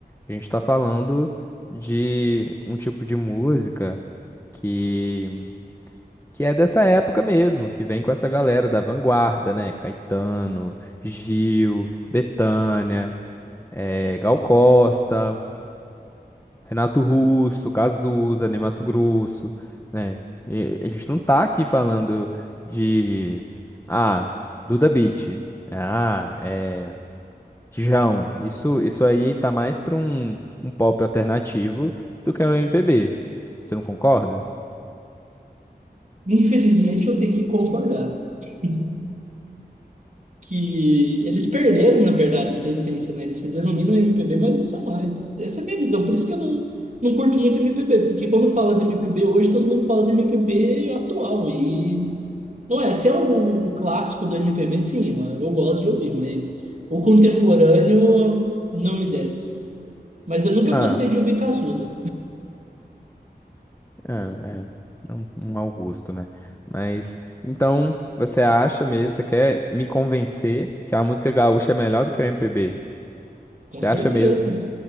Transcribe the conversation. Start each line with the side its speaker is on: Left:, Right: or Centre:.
Left: A gente está falando de um tipo de música que, que é dessa época mesmo, que vem com essa galera da vanguarda, né? Caetano, Gil, Bethânia, eh, Gal Costa, Renato Russo, Cazuza, Ney Matogrosso, né? E a gente não tá aqui falando de, ah, Duda Beat, ah, eh, João, isso, isso aí tá mais pra um, um pop alternativo do que um MPB. Você não concorda?
Right: Infelizmente, eu tenho que concordar. <laughs> que eles perderam, na verdade, essa essência, né? Eles se denominam MPB, mas não são mais. Essa é a minha visão. Por isso que eu não, não curto muito MPB, porque quando fala de MPB hoje, todo mundo fala de MPB atual. E não é, se é o, clássico do MPB, sim, eu, eu gosto de ouvir, mas o contemporâneo não me desce. Mas eu nunca
Left: Ah,
Right: gostei de ouvir Cazuza,
Left: é, é. Um, um mau gosto, né? Mas, então, você acha mesmo, você quer me convencer que a música gaúcha é melhor do que o MPB?
Right: com
Left: Você
Right: certeza.
Left: acha mesmo?